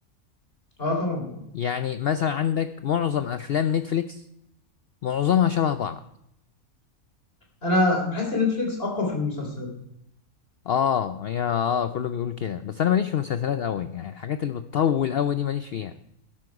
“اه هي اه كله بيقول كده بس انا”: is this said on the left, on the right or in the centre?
Left